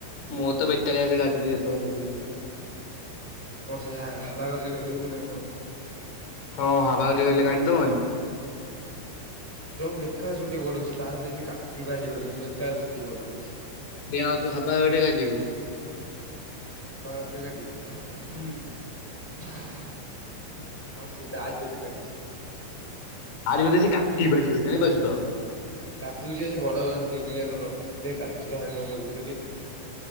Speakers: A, on the left; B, in the centre.
A: ମୁଁ ତ ବେତାଳିଆ ସେ ଡ଼ାକୁଛି ଯେତେବେଳେ ଦେଖୁଛି।
B: ଆଉ କଣ ସେ ହା ହାବା କତିରେ ଗାଧେଇବୁ ନା କଣ?
A: ହଁ ହାବା କତିରେ ରହିଲେ କାଟିିଦବନି।
B: ତାହାଲେ ତ ମୁଁ ବେକାର ଚୁଟି ବଢୋଉଛି ତାହେଲେ ଯଦି କାଟି ପାରିବନି ମୁଁ ବେକାର ଚୁଟି ବଢଉଛି।
A: ସେଇଆ ଆଉ ତୁ ହବା ବଡେ କାଟିବୁ।
B: କାହା କତୀରେ କାଟିବି?
A: ହୁଁ।
B: ନାଁ ମ ସେଇ ତାରି କତିରେ କାଟିବି। ସେ କାଟିଦବ।
A: ଆରି କତିରେ ସେ କାଟି ପାରିବନି ଜାଣିପାରୁଚୁ ତ।
B: କାଟିଦୋଉଛି ବା ସେ ବଡ ଚୁଟି ରଖିଥିଲେ କାଟୁଥିଲା ହେଦିନ ମୁଁ ଦେଖୁଥିଲି।